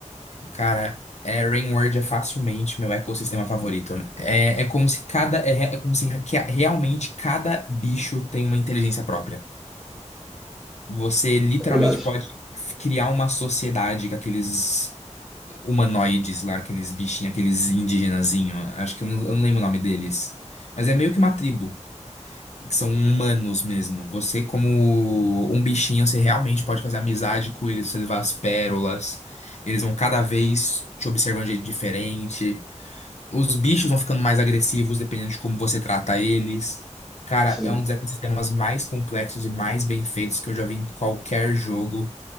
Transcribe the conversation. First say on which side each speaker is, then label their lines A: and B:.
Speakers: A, on the left; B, in the centre.
A: Cara, é, Rainward é facilmente meu ecossistema favorito. É, é como se cada. É, re- é como se que- realmente cada bicho tem uma inteligência própria. Você literalmente
B: É verdade.
A: pode criar uma sociedade com aqueles humanoides lá, aqueles bichinhos, aqueles indigenazinho. Acho que eu não, eu não lembro o nome deles. Mas é meio que uma tribo, que são humanos mesmo. Você, como um bichinho, você realmente pode fazer amizade com eles, você levar as pérolas. Eles vão cada vez te observando de jeito diferente. Os bichos vão ficando mais agressivos dependendo de como você trata eles. Cara,
B: Sim.
A: é um dos ecossistemas mais complexos e mais bem feitos que eu já vi em qualquer jogo,